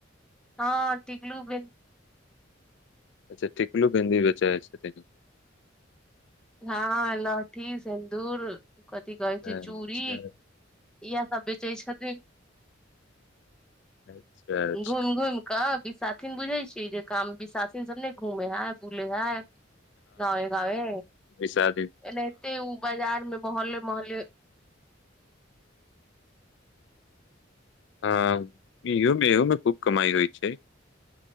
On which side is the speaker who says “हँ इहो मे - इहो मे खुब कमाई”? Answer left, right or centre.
Left